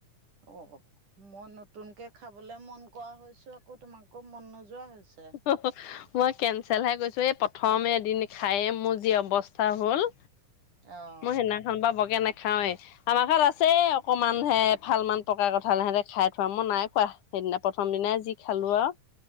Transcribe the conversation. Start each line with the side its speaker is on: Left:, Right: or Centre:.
Right: অ অ মই নতুনকে খাবলে মন কৰা হৈছো অ আকৌ তোমাকো মন নোযোৱা হৈছে।
Left: হু হু মই কেঞ্চেলহে কৈছোঁ এই প্ৰথমে এদিন খায়েই মোৰ যি অৱস্থা হ'ল।
Right: অ'।
Left: মই সেইদিনাখন পা বকে নাখাৱে। আমাৰ ঘৰত আছে এ অকমান হে এফাল মান পকা কঠাল হেহেটে খাই থোৱা, মই নাই খোৱা। সেইদিনা, প্ৰথম দিনাই যি খালো আও